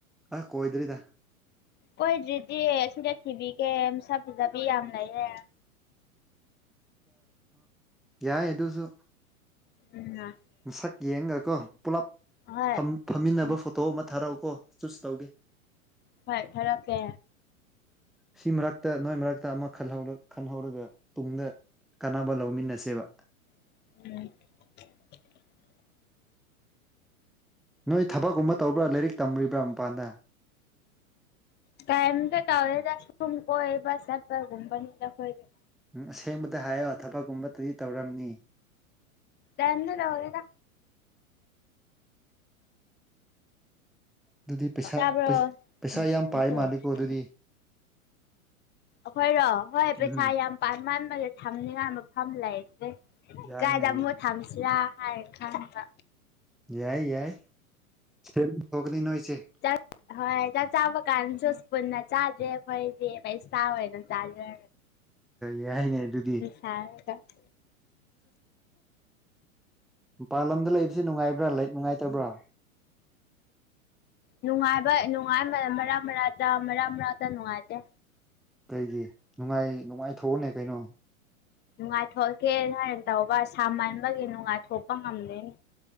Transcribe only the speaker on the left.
ꯑꯣꯏꯗ꯭ꯔꯤꯗꯤ ꯁꯤꯗ ꯊꯤꯕꯤꯒꯦ ꯃꯁꯥ ꯐꯤꯖꯕꯤ ꯌꯥꯝ ꯂꯩꯌꯦꯦ
<unintelligible>
ꯍꯣꯏ
ꯎꯝ
ꯐꯣꯏ ꯐꯔꯛ ꯀꯦ
<unintelligible>
ꯇꯥꯏꯝ ꯇ ꯇꯧꯔꯦꯗꯥꯁꯨ ꯀꯣꯣꯏꯕ ꯁꯥꯠꯄ ꯨꯝꯄꯅꯤ ꯇꯣꯏꯗ
ꯔꯅ ꯇꯧꯔꯦ ꯇ
ꯇꯥꯕ꯭ꯔꯣ ꯑꯩꯈꯣꯏꯔꯣ
ꯑꯩꯈꯣꯏꯔꯣ ꯍꯣꯏ ꯄꯩꯁꯥ
ꯌꯥꯝꯥꯟ ꯃꯥꯟꯕꯁ ꯊꯝꯅꯤꯡꯉꯥꯏ ꯃꯐꯝ ꯂꯩꯦ
ꯀꯥꯏꯗ ꯑꯃꯨꯛ
ꯊꯝꯁꯤꯔꯥ ꯍꯥꯏꯔ ꯈꯪꯕ
ꯆꯥꯛ ꯍꯣꯏ ꯆꯥꯛ ꯆꯥꯕ ꯀꯥꯟꯁꯨ ꯄꯨꯨꯟꯅ ꯆꯥꯗ꯭ꯔꯦ ꯑꯩꯣꯏꯗꯤ ꯄꯩꯁ ꯇꯥꯋꯦꯅ ꯆꯥꯖ
ꯍꯒ <unintelligible>
ꯅꯨꯡꯉꯥꯏꯕ ꯅꯨꯡꯉꯥꯏ ꯃꯔꯥꯡ ꯃꯔꯛ ꯃꯔꯛꯇ ꯃꯔꯛ ꯃꯔꯛꯇ ꯅꯨꯡꯉꯥꯏꯇꯦ
ꯅꯨꯡꯉꯥꯏꯊꯣꯛꯀꯦ ꯑꯗꯨꯍꯥꯏꯅ ꯇꯧꯕ ꯁꯥꯃꯟꯕꯒꯤ ꯅꯨꯡꯉꯥꯏꯊꯣꯛꯄ ꯉꯝꯗꯦꯅꯦ